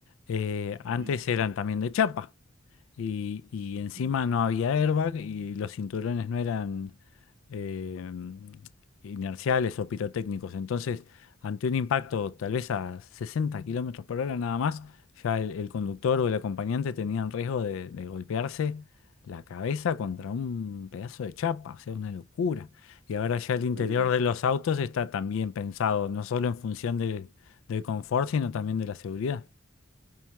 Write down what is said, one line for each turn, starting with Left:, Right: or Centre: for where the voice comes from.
Left: eh, antes
Right: Ujú,
Left: eran también de chapa. Y, y
Right: ujú,
Left: encima no había airbag y los cinturones no eran eh, inerciales o pirotécnicos. Entonces, ante un impacto tal vez a 60 kilómetros por hora nada más, ya el, el conductor o el acompañante tenían riesgo de, de golpearse la cabeza contra
Right: ujú.
Left: un pedazo de chapa. O sea, una locura. Y ahora ya
Right: Horrible,
Left: el interior de
Right: sí.
Left: los autos está también pensado, no solo en función de- del confort, sino también de la seguridad.